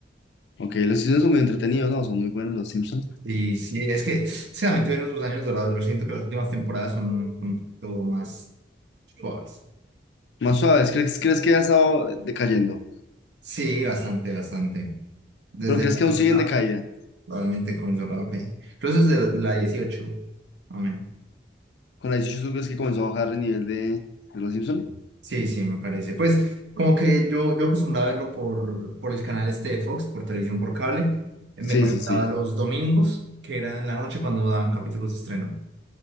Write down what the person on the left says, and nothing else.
Ok, los Simpsons son muy entretenidos, ¿no? Son muy buenos los Simpsons.
Más suaves, ¿crees, crees que ha estado decayendo?
¿Pero crees
que
aún siguen de caída?
Con la 18 crees que comenzó a bajar el nivel de, de los Simpsons?
Sí,
sí, sí.